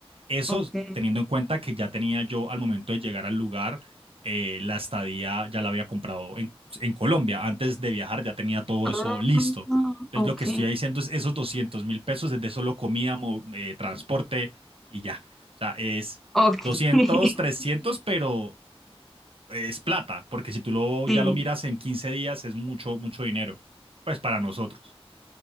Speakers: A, on the right; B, in the centre.
A: Eso
B: Ok.
A: teniendo en cuenta que ya tenía yo al momento de llegar al lugar, eh, la estadía ya la había comprado en, en Colombia. Antes de viajar ya tenía todo
B: Ah,
A: eso listo. Entonces
B: ok.
A: lo que estoy diciendo es esos doscientos mil pesos es de solo comida, mo- eh, transporte y ya. O sea, es
B: Ok.
A: 200
B: <laughs>
A: trescientos pero es plata, porque si tú lo,
B: Sí.
A: ya lo miras en 15 días es mucho, mucho dinero, pues para nosotros.